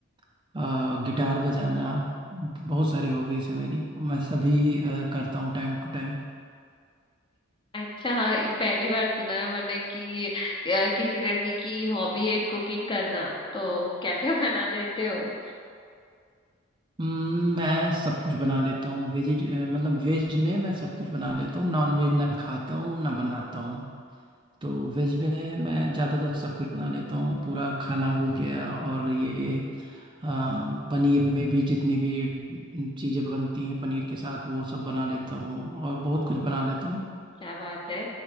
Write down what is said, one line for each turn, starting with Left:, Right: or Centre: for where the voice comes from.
Right: अ, गिटार बजाना बहुत सारी हॉबीज है मेरी मैं सभी अ, करता हूँ टाइम टू टाइम
Left: अच्छा हाँ पहली बार सुना है मैंने कि अ, किसी लड़की की हॉबी है कुकिंग करना तो क्या क्या <laughs> बना लेते हो
Right: हम्म, मैं सब कुछ बना लेता हूँ वेज मतलब वेज में मैं सब कुछ बना लेता हूँ नॉन वेज ना खाता हूँ ना बनाता हूँ तो वेज में मैं ज़्यादातर सब कुछ बना लेता हूँ पूरा खाना हो गया और ये आ, पनीर में भी जितनी भी चीज़ें बनती हैं पनीर के साथ वो सब बना लेता हूँ और बहुत कुछ बना लेता हूँ
Left: क्या बात है